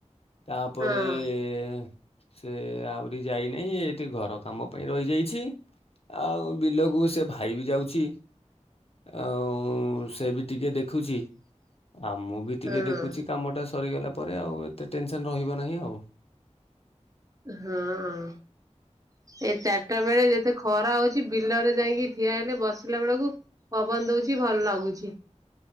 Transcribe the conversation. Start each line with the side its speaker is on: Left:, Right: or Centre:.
Left: ତାପରେ
Right: ହଁ
Left: ଏ-ଏ-ଏଁ ସେ ଆଉରି ଯାଇନାଇଁ ଏଠି ଘର କାମ ପାଇଁ ରହିଯାଇଛି। ଆଉ ବିଲକୁ ସେ ଭାଇ ବି ଯାଉଛି ଆଉ ସେ ବି ଟିକେ ଦେଖୁଛି ଆଉ ମୁଁ ବି ଟିକେ
Right: ହଁ
Left: ଦେଖୁଛି କାମଟା ସରିଗଲା ପରେ ଆଉ ଏତେ ଟେନସନ୍ ରହିବ ନାହିଁ ଆଉ।
Right: ହଁ। ଏଇ ଚାର୍ ଟା ବେଳେ ଯେତେ ଖରା ହଉଚି ବିଲରେ ଯାଇଁକି ଠିଆ ହେଲେ ବସିଲା ବେଳକୁ ପବନ୍ ଦଉଚି ଭଲ ଲାଗୁଛି।